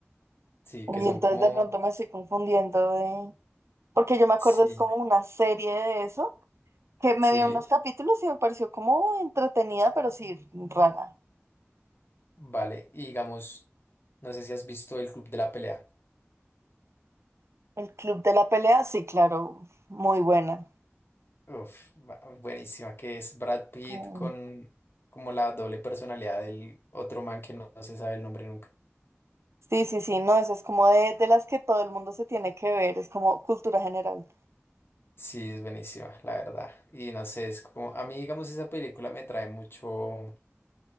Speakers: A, on the left; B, on the right.
A: Sí, que
B: Y
A: son
B: entonces
A: como
B: de pronto me estoy confundiendo de... Porque yo me acuerdo
A: sí,
B: es como una serie de eso, que me
A: sí,
B: vi unos capítulos y me pareció como entretenida, pero sí rara.
A: vale. Y digamos, no sé si has visto El Club de la Pelea.
B: El Club de la Pelea, sí, claro, muy buena.
A: Uf, ba- buenísima, que es Brad Pitt
B: Mm.
A: con como la doble personalidad del otro man que no se sabe el nombre nunca.
B: Sí, sí, sí, no, eso es como de, de las que todo el mundo se tiene que ver, es como cultura general.
A: Sí, es buenísima, la verdad. Y no sé, es como, a mí, digamos, esa película me trae mucho, o